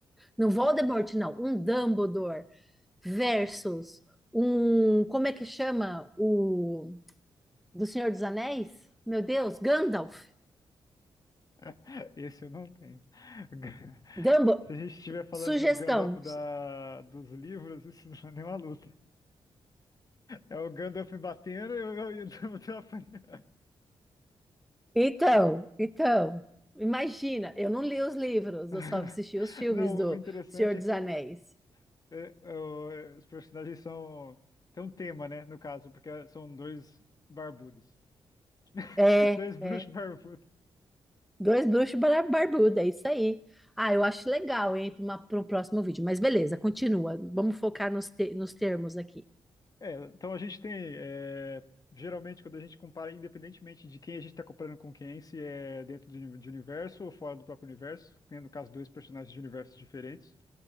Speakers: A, in the centre; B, on the left (about 40°).
A: Não Voldemort, não, um Dumbledore versus um, como é que chama o do Senhor dos Anéis? Meu Deus, Gandalf.
B: <laughs> Esse eu não tenho. Ga-
A: Dumbledore.
B: <laughs> Se a gente estiver falando
A: Sugestão,
B: do Gandalf da, dos livros, isso não é nenhuma luta. É o Gandalf batendo e eu, eu, eu, tô apanhando.
A: Então, então, imagina, eu não li os livros,
B: <laughs>
A: eu só assisti os filmes
B: Não,
A: do
B: o interessante
A: Senhor dos
B: é que
A: Anéis.
B: o, é, é o- é, os personagens são. Tem um tema, né? No caso, porque são dois barbudos.
A: É,
B: <laughs> Dois bruxos
A: é.
B: barbudos.
A: Dois bruxos bar- barbudos, é isso aí. Ah, eu acho legal, hein, para um próximo vídeo. Mas beleza, continua. Vamos focar nos, te- nos termos aqui.
B: É, então a gente tem, é, geralmente quando a gente compara, independentemente de quem a gente está comparando com quem, se é dentro de, uni- de universo ou fora do próprio universo, que no caso dois personagens de universos diferentes,